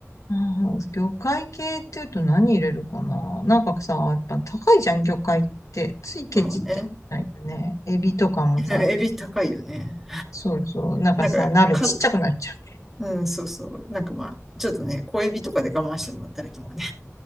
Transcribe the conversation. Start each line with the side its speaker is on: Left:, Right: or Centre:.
Left: うん魚介系っていうと何入れるかななんかさ、やっぱ高いじゃん、魚介って。ついケチって言ないよね。
Centre: まあね。
Left: エビとかもさ、
Centre: <laughs> エビ高いよね。
Left: そうそう、なんかさ、
Centre: なんか、
Left: 鍋ちっちゃくなっちゃう。
Centre: 数、うん、そうそう。なんかまあ、ちょっとね、小エビとかで我慢してもらったりとかね。